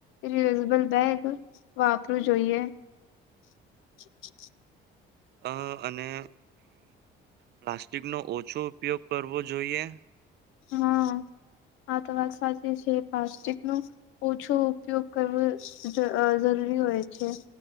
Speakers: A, on the left (about 80°); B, on the right (about 55°).
A: રિયુઝેબલ બેગ વાપરવું જોઈએ. <inaudible>
B: અ અને પ્લાસ્ટિકનો ઓછો ઉપયોગ કરવો જોઈએ.
A: હા આ તો વાત સાચી છે. પ્લાસ્ટિક નું ઓછો ઉપયોગ કરવો જ જરૂરી હોય છે